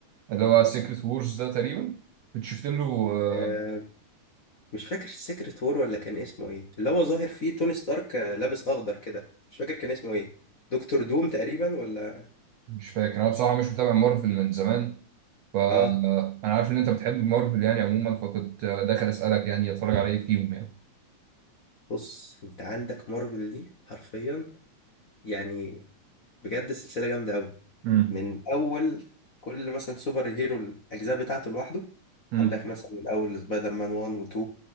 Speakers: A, on the right (about 80°); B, on the left (about 45°).
A: اللي هو سيكريت وورز ده تقريبا كنت شفت له آه،
B: آه، مش فاكر سيكريت وور ولا كان اسمه ايه اللي هو ظاهر فيه توني ستارك آه، لابس اخضر كده مش فاكر كان اسمه ايه دكتور دوم تقريبا ولا
A: مش فاكر انا بصراحه مش متابع مارفل من زمان آه،
B: اه
A: انا عارف ان انت بتحب مارفل يعني عموما فكنت آه، داخل اسالك يعني اتفرج على ايه فيهم يعني
B: بص انت عندك مارفل دي حرفيا يعني بجد السلسله جامده قوي
A: امم
B: من اول كل مثلا سوبر هيرو الاجزاء بتاعته لوحده
A: امم
B: عندك مثلا من اول سبايدر مان 1 و2